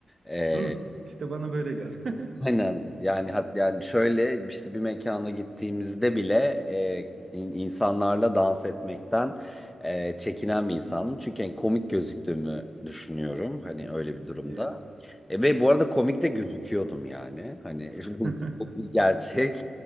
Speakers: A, on the left; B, on the right.
A: E,
B: Hı, işte bana böyle geldi. <laughs>
A: Aynen yani hat yani şöyle işte bir mekana gittiğimizde bile e, in- insanlarla dans etmekten e, çekinen bir insanım. Çünkü en komik gözüktüğümü düşünüyorum hani öyle bir durumda.
B: Yeah.
A: E ve bu arada komik de gözüküyordum yani. Hani
B: <laughs>
A: <laughs> bu
B: Hı
A: bu bir gerçek.